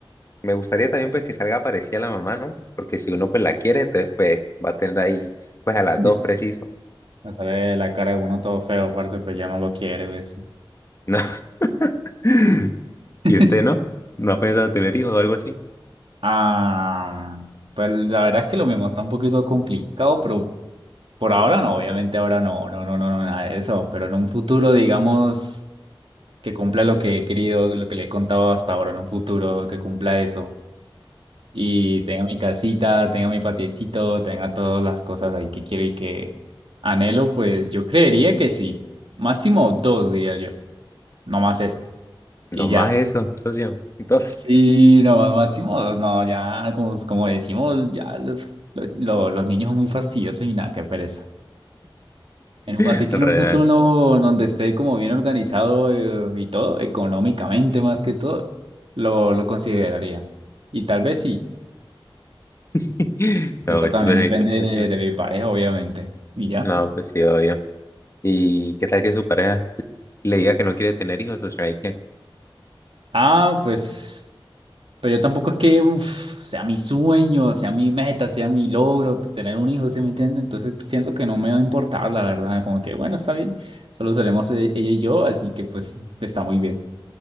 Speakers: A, on the left; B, on the right.
A: Me gustaría también pues que salga parecida a la mamá, ¿no? Porque si uno pues la quiere, entonces pues va a tener ahí pues a las
B: Sí.
A: dos preciso,
B: Me sale la cara de uno todo feo, parce, pues ya no lo quiere, ¿ves?
A: ¿no? <laughs> ¿Y
B: <laughs>
A: usted no? ¿No ha pensado tener hijos o algo así?
B: Ah, pues la verdad es que lo mismo está un poquito complicado, pero por ahora no, obviamente ahora no, no, no, no, no, nada de eso, pero en un futuro, digamos. que cumpla lo que he querido, lo que le he contado hasta ahora en un futuro, que cumpla eso. Y tenga mi casita, tenga mi patiecito, tenga todas las cosas ahí que quiero y que anhelo, pues yo creería que sí. Máximo dos, diría yo. No más eso.
A: No
B: Y
A: más
B: ya.
A: eso, socio. Entonces,
B: Sí, no más máximo dos, no, ya, como, como decimos, ya los, lo- lo- los niños son muy fastidiosos y nada, qué pereza. En
A: <laughs>
B: un- así que
A: real.
B: en un futuro no- donde esté como bien organizado eh, y todo, económicamente más que todo, lo, lo consideraría. Y tal vez sí,
A: <laughs> No,
B: pero
A: pues
B: también
A: sí, pues
B: depende
A: sí, pues
B: de,
A: sí.
B: de mi pareja, obviamente. Y ya.
A: No, pues sí, obvio. ¿Y qué tal que su pareja le diga que no quiere tener hijos, socio? Ahí qué
B: Ah, pues, pero yo tampoco es que uf, sea mi sueño, sea mi meta, sea mi logro tener un hijo, ¿sí me entiendes? Entonces siento que no me va a importar, la verdad. Como que, bueno, está bien, solo seremos eh, ella y yo, así que pues está muy bien.